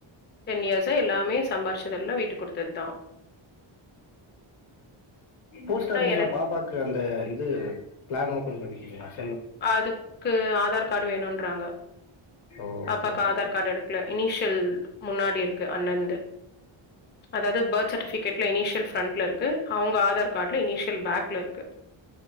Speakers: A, on the left; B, on the left.
A: இயர்ஸா எல்லாமே சம்பாரிச்சதெல்லாம் வீட்டுக்கு குடுத்தது தான்.
B: போஸ்ட்
A: ஆனா
B: ஆபிஸ்ல
A: எனக்கு
B: பாப்பாக்கு அந்த இது பிளான் ஓபன் பண்ணி <unintelligible>
A: அதுக்கு ஆதார் கார்டு வேணும்ன்றாங்க
B: ஓஹோ
A: பாப்பாக்கு ஆதார் கார்டு எடுக்கல இனிஷியல் முன்னாடி இருக்கு அண்ணந்து அதாவ்து பர்த் சர்ட்டிபிகேட் கார்ட்ல இனிஷியல் ஃப்ரண்ட்ல இருக்கு அவங்க ஆதார் கார்ட்ல இனிஷியல் பேக்ல இருக்கு